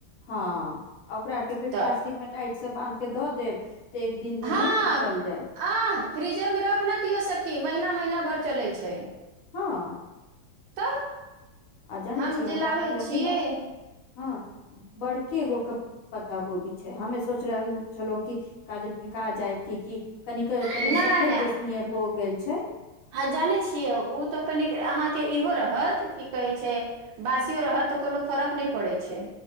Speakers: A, on the left; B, on the right.
A: हँ ओकरा आर केँ फिर प्लास्टिक
B: तऽ
A: में टाइट से बांध केँ दऽ देब। ते एक दिन दू
B: हँ
A: दिन उऽ चल जाइत
B: आह फ्रीजर म रख न दियौ सखी महीना महीना भर चलै छै।
A: हँ
B: तऽ
A: आ जानै
B: हम
A: छियै
B: जे
A: हमरा
B: लाबै
A: लगे
B: छियै
A: ना <inaudible> हँ बड़केगो। पता कोभी छै हमे सोच रहल छलै कि काजन फेका जाइत कऽ कि। कनीक तनी
B: नहि
A: सफेद देशनिय हो गेल छै।
B: हँ जानै छियै ओ तऽ कनि अहाँकेँ इहो रहत की कहै छै। बासियो रहत त कोनो फरक नहि पड़ैत छै।